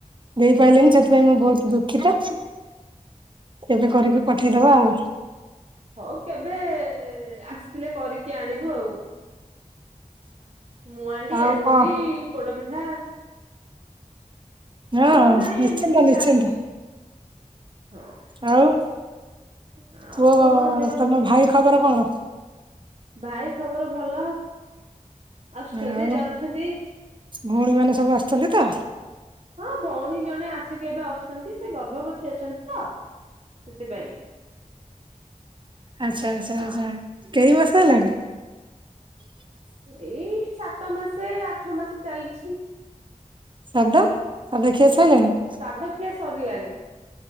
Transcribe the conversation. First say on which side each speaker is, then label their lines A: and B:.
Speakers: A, on the right; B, on the right.
A: ଦେଇପାଇଲିନି ସେଥିପାଇଁ ମୁଁ ବହୁତ ଦୁଃଖିତ। କେବେ କରିକି ପଠେଇଦବା ଆଉ।
B: ହୋଉ କେବେ ଆସିଥିଲେ କରିକି ଆଣିବୁ ଆଉ। ମୁଆଣ୍ଡି
A: ଆଉ
B: ଏଣ୍ଡୁରି
A: କଣ
B: ପୋଡପିଠା।
A: ହଁ
B: ଆଉ ନାଇଁ
A: ନିଶ୍ଚିନ୍ତ
B: ଏମିତି
A: ନିଶ୍ଚିନ୍ତ
B: ଚାଲୁଚି। ହଁ
A: ଆଉ
B: ଆଉ
A: ପୁଅ
B: କଣ ଦ
A: ତମ ଭାଇ ଖବର କଣ?
B: ଭାଇ ଖବର ଭଲ। ଆସୁଛନ୍ତି
A: ଆଉ
B: ଯାଉଛନ୍ତି।
A: ଭଉଣୀ ମାନେ ସବୁ ଆସିଛନ୍ତି ତ?
B: ହଁ ଭଉଣୀ ଜଣେ ଆସିକି ଏବେ ଅଛନ୍ତି ସେ ଗର୍ଭବତୀ ଅଛନ୍ତି ତ ସେଥିପାଇଁ।
A: ଆଚ୍ଛା ଆଚ୍ଛା
B: ଆ
A: ଆଚ୍ଛା କେଇ ମାସେ ହେଲାଣି?
B: ଏଇ ସାତ ମାସେ ଆଠ ମାସ ଚାଲିଚି।
A: ସାଦ ସାଦ ଖିଆ ସଇଲାଣି?
B: ସାଦଖିଆ ସରିଲାଣି।